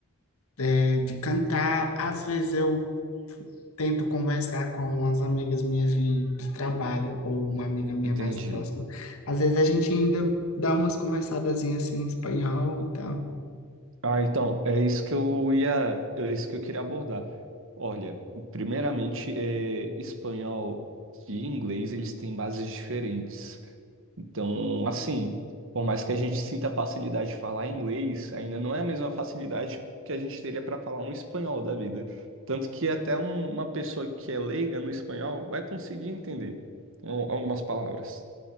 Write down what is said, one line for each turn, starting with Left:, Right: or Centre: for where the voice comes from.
Left: é, de cantar. Às vezes eu tento conversar com umas amigas minhas de, de trabalho ou uma amiga minha
Right: Entendi.
Left: mais próxima. Às vezes a gente ainda dá umas conversadazinhas assim em espanhol e tal.
Right: Ah, então, é isso que eu ia, é isso que eu queria abordar. Olha, primeiramente, é, espanhol e inglês, eles têm bases diferentes. Então, assim, por mais que a gente sinta facilidade de falar inglês, ainda não é a mesma facilidade que a gente teria para falar um espanhol da vida. Tanto que até um- uma pessoa que é leiga no espanhol vai conseguir entender al- algumas palavras.